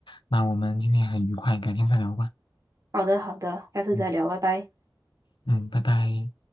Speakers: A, on the left; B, on the right.
A: 那我们今天很愉快，改天再聊吧。
B: 好的，好的，下次再聊，
A: 嗯
B: 拜拜。
A: 嗯，拜拜。